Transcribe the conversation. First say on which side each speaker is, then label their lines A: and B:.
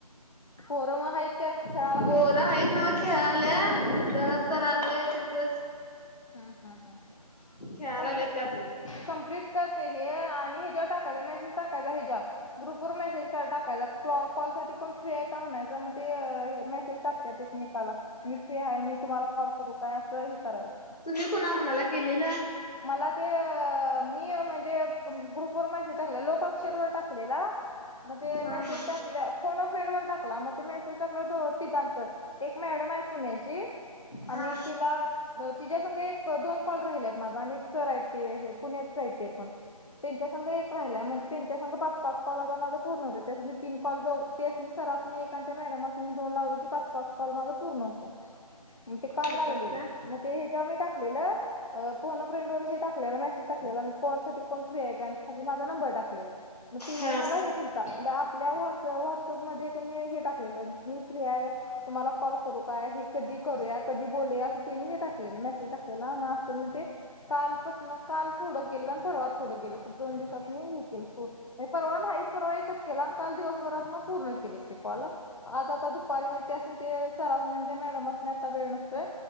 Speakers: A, on the left; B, on the left.
A: होरमाय काय खेळायला
B: बोरं
A: लागल्यात.
B: आहेतच ना खेळाल्या
A: हम्म
B: जडप क आलोय तिथंच
A: ह ह ह
B: खेळायला
A: कमप्ली
B: लागल्यात त्यातच.
A: कमप्लीट करते हे आणि हे जे टाकायचा मॅश टाकायचा हच्याेव ग्रुप वर मेसेज टाकायचा कॉल साठी पण फ्री आहे का म्हणायच मग ते मेसेज टाकतात एकमेकाला मी फ्री आहे मी तुम्हाला कॉल करू पसो ह करयची
B: तुम्ही कुणाकुणाला केलेलं
A: मला ते मी म्हणजे गरुकुर् ा लोक टक मग
B: हा
A: म
B: हा.
A: टा फोन फ्रेंड वर टाकला मग ते मेसेज टाकलं जळ तिघांच एक मॅडम आहे पुण्याची
B: हा
A: आणि तिला तिच्यास एक दोन कॉल राहिले माझा अनेक सर य हे पुण्यातच येते पण त्यांच्यास राहिलाय म्हणजे त्यांच्या सं पाच पाच कॉलता माझं पूर्ण होत त्यास तीन कॉल दो त्याच सरासनी त्या मॅडम असं मी दोन लावलं की पाच पाच कॉल माझ पूर्ण होत मग ते काल
B: येतात
A: लावलेलं
B: काय?
A: मग ते हे जमी टाकलेलं पोन फ्रेंड ववर हे टाकलेलं मेसेज टाकलेला कॉल सा कोण फ्री आहे का आणि खाली माझा नंबर टाकलेला मग तिने
B: हा.
A: मला हे दिल म्हे आपल्या वर व्हॉट्सअप मध्येी हे टाकलेलं मी फ्री आहे ते मला कॉल करू काय हे कधी करूया कधी बोलूया असं तिने हे टाकलेलं मेसेज टाकलेला मग तर मग ते कालपसन काल थोडं केलं आणि परवा थोडं गलं दोन दिवसात मी हे केलंू परवा नाही परवा एकच केला काल दिवसभरात मग पूर्ण केलं ते कॉल आता आता दुपारी मा अस नाही ते सर अस नाही ते मॅडम असणे आता बेळ नसतोय